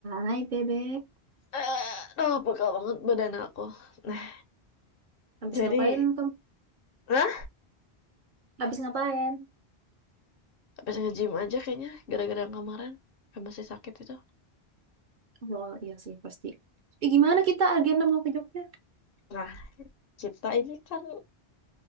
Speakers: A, on the right (about 55°); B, on the left (about 60°).
A: Hai bebek,
B: Eh, aduh pegel banget badan aku. Nah,
A: habis
B: jadi,
A: ngapain kamu?
B: nah,
A: Habis ngapain?
B: habis nge-gym aja kayaknya gara-gara yang kemarin yang masih sakit itu.
A: Oh iya sih pasti. Eh gimana kita agenda mau ke Jogja?
B: Nah, kita ini kan